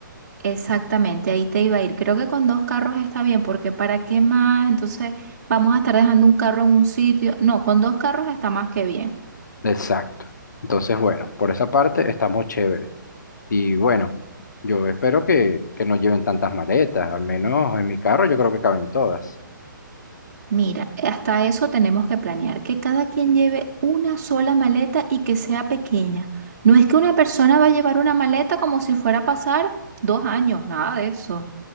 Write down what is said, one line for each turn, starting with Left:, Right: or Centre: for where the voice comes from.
Right: Exactamente, ahí te iba a ir. Creo que con dos carros está bien, porque ¿para qué más? Entonces vamos a estar dejando un carro en un sitio. No, con dos carros está más que bien.
Left: Exacto. Entonces, bueno, por esa parte estamos chéveres. Y bueno, yo espero que, que no lleven tantas maletas. Al menos en mi carro yo creo que caben todas.
Right: Mira, hasta eso tenemos que planear, que cada quien lleve una sola maleta y que sea pequeña. No es que una persona va a llevar una maleta como si fuera a pasar dos años, nada de eso.